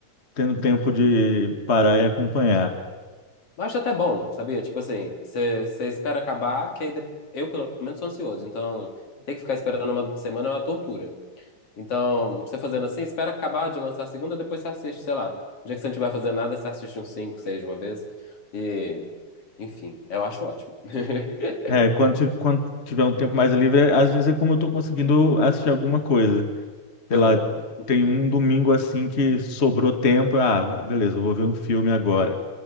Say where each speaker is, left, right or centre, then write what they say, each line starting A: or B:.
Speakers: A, on the left; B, on the left.
A: tendo tempo de parar e acompanhar.
B: Mas acho até bom, sabia? Tipo assim, você espera acabar, que aí de- eu, pelo menos, sou ansioso. Então, ter que ficar esperando uma semana é uma tortura. Então, você fazendo assim, espera acabar de lançar a segunda, depois você assiste, sei lá. No dia que você não estiver fazendo nada, você assiste uns 5, 6 de uma vez. E, enfim, eu acho ótimo. <laughs>
A: É, quando, ti- quando tiver um tempo mais livre, é, às vezes é como eu tô conseguindo assistir alguma coisa. Sei
B: Aham,
A: lá, tem um domingo assim que sobrou tempo, ah, beleza, eu vou ver um filme agora.